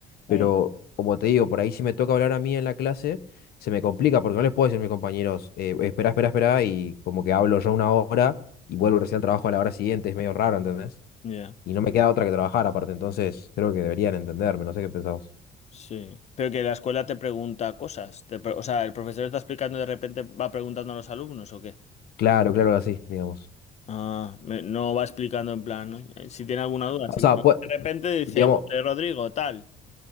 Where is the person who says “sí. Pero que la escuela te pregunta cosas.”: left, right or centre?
Left